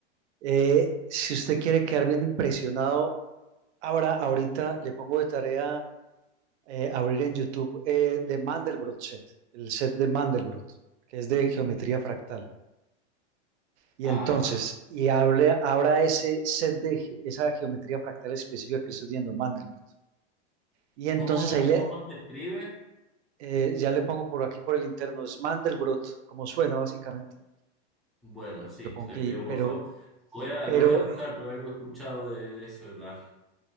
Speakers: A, on the right (about 70°); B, in the centre.
A: Eh, si usted quiere quedar bien impresionado, ahora, ahorita le pongo de tarea eh, abrir en YouTube eh, de Mandelbrot set, el set de Mandelbrot, que es de geometría fractal. Y
B: Ah,
A: entonces, y hable, abra ese set de ge- esa geometría fractal específica que le estoy diciendo, Mandelbrot. Y entonces
B: ¿cómo,
A: ahí le,
B: cómo se escribe?
A: eh, ya le pongo por aquí por el interno, es Mandelbrot, como suena básicamente.
B: Bueno,
A: Pero,
B: sí,
A: se lo pongo
B: le
A: aquí,
B: pido por
A: pero,
B: favor. Voy a,
A: pero
B: lo voy a buscar,
A: eh,
B: pero algo he escuchado de, de eso, de la